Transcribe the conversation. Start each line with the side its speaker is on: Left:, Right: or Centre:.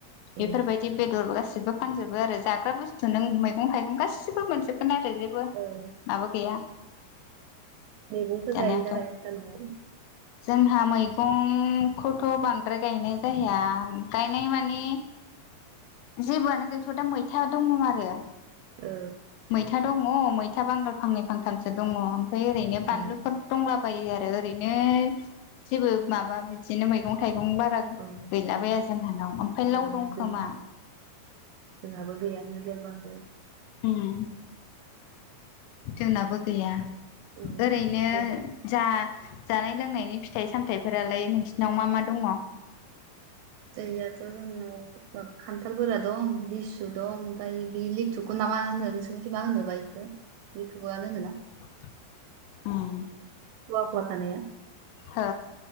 Left: बेफोरबायदि
Right: उम
Left: बेदर गासि सिबो फानजोबो आरो जाग्रा बुस्थु नों मैगं थाइगं गासिबो मोनजोबगोन आरो। जेबो
Right: औ उम
Left: माबा गैया
Right: मैगंफोर
Left: जानायावथ'
Right: गायोना गाया नोंसा न'आव?
Left: जोंहा मैगं खौथ' बांद्राय गायनाय जाया गायनाय माने जेबोआनो गैथ' दा मैथा दंङ आरो।
Right: औ
Left: था दंङ मैथा बांगाल फांनै फांथामसो दंङ ओमफाय ओरैनो बानलुफोर
Right: उम
Left: दंला बयो आरैनो जेबो माबा बिदिनो मैगं थाइ गं दं बारा
Right: ओं
Left: गैलाबाया जोंहानाव ओमफ्राय
Right: ओं
Left: लाव दंखोमा।
Right: जों जोंहाबो गैयानो दे बांद्राय।
Left: होम जोंनाबो गैया
Right: उम
Left: ओरैनो
Right: ओं
Left: जा जानाय लोंनायनि फिथाइ सामथायफोरालाय नोंसिनाव मा मा दङ?
Right: दंनायाथ जोंनाव मा खान्थालफोरा दं लिसु दं ओमफ्राय बे लिथुख ना मा होनो नोंसोरनिखि मा होनो बा इखौ इउटुबानो होनोना?
Left: <inaudible> ओं
Right: थखा थखा थानाया।
Left: हो